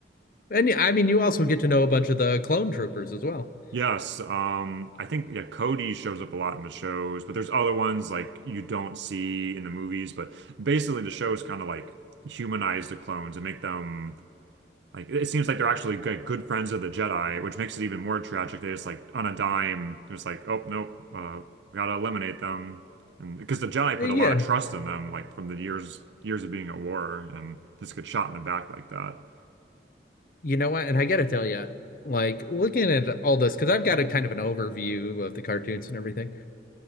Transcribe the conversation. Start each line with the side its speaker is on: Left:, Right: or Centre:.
Left: And yeah, I mean, you also get to know a bunch of the clone troopers as well.
Right: Yes, um I think yeah Cody shows up a lot in the shows, but there's other ones like you don't see in the movies, but basically the shows kind of like humanize the clones and make them Like it seems like they're actually good, good friends of the Jedi, which makes it even more tragic. They just like on a dime, they're just like, oh nope, uh, we gotta eliminate them, and because the Jedi
Left: Uh,
Right: put
Left: Yeah,
Right: a lot of trust in them, like from the years years of being at war, and just get shot in the back like that.
Left: you know what? And I gotta tell you, like looking at all this, because I've got a kind of an overview of the cartoons and everything.